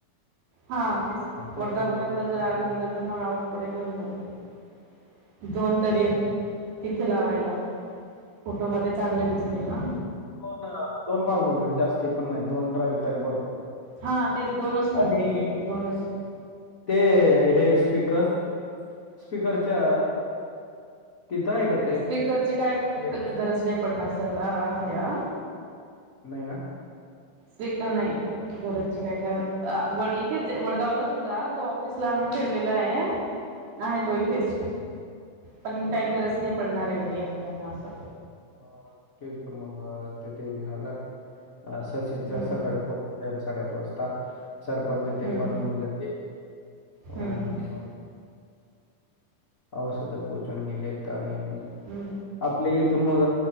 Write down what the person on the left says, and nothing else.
तसं
बोल
मग
हम्म हम्म
हा
दोन दोन मागून घेऊ जास्ती पण नाही दोन राहिल तरी भरपूर
आणि
ते हे स्पीकर स्पीकरच्या तिथं आहे का ते
अरे
नाही ना
हा
ना
हो ठीक मग तेथ एक झालं. अ सचिन सर
सकाळी पोहचून जाईल साडेआठ वाजता. सरपंच येते
पण निऊन जाते. अ
औसध पोहोचून गेलेत आणि
आपले इ तुमग